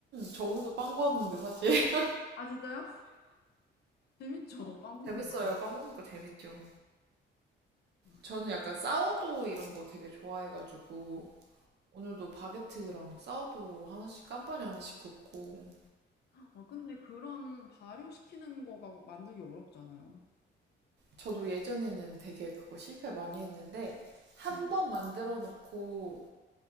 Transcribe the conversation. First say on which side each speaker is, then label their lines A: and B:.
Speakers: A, on the right; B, on the left.
A: 저 오늘도 빵 구웠는데 사실. <laughs>
B: 아, 진짜요? <laughs> 재밌죠? 빵 굽는
A: 재밌어요.
B: 거.
A: 빵 구우는 거 재밌죠.
B: 맞아.
A: 저는 약간 사워도우 이런 거 되게 좋아해가지고 오늘도 바게트랑 사워도우 하나씩 깜빠니 하나씩 굽고
B: 어, 근데 그런 발효시키는 거가 만들기 어렵잖아요.
A: 저도 예전에는 되게 그거 실패 많이 했는데 한
B: 네.
A: 번 만들어 놓고